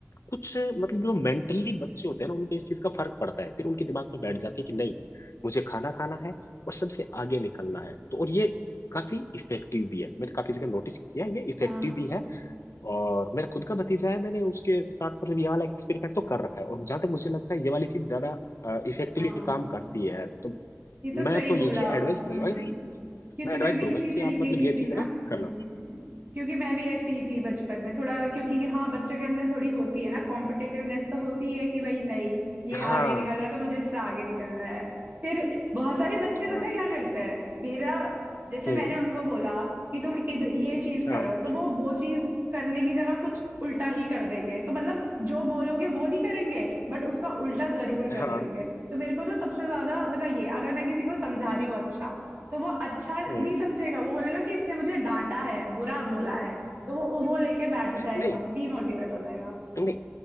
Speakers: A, on the left; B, on the right.
A: कुछ मतलब जो मेंटली बच्चे होते हैं ना उनपे इस चीज का फर्क पड़ता है फिर उनके दिमाग में बैठ जाती है कि नहीं मुझे खाना खाना है और सबसे आगे निकलना है तो और ये काफी इफेक्टिव भी है मैंने काफी जगह नोटिस किया ये इफेक्टिव
B: हाँ
A: भी है और मेरा खुद का भतीजा है मैंने उसके साथ मतलब ये वाला एक्सपेरिमेंट तो कर रखा है और जहां तक मुझे लगता है ये वाली चीज ज्यादा इफेक्टिवली
B: हाँ
A: काम करती है तो
B: ये तो
A: मैं
B: सही
A: तो
B: बोला
A: यही एडवाइस करूंगा
B: हम्म क्योंकि
A: मैं एडवाइस
B: मैं भी
A: करूंगा
B: इसी तरीके
A: कि आप मतलब
B: की
A: ये
B: थी
A: चीज है
B: ना
A: ना करना
B: हम्म क्योंकि मैं भी ऐसी ही थी बचपन में थोड़ा क्योंकि हाँ बच्चों के अंदर थोड़ी होती है ना कॉम्पिटिटिवनेस तो होती है कि भाई नहीं ये
A: हाँ
B: आगे निकल रहा है तो मुझे इससे आगे निकलना है फिर बहुत सारे बच्चे
A: हाँ
B: पता है क्या करते हैं मेरा जैसे
A: हम्म
B: मैंने उनको बोला कि तुम इध ये चीज
A: हाँ
B: करो तो वो वो चीज करने की जगह कुछ उल्टा ही कर देंगे तो मतलब जो बोलोगे वो नहीं करेंगे बट उसका उल्टा जरूर कर
A: हाँ
B: लेंगे तो मेरे को तो सबसे ज्यादा मतलब ये अगर मैं किसी को समझा रही हूँ अच्छा तो वो अच्छा नहीं
A: हम्म,
B: समझेगा, वो बोलेगा कि इसने मुझे डाँटा है, बुरा बोला है, तो वो वो लेके बैठ जाएगा,
A: नहीं
B: डीमोटिवेट हो जाएगा।
A: नहीं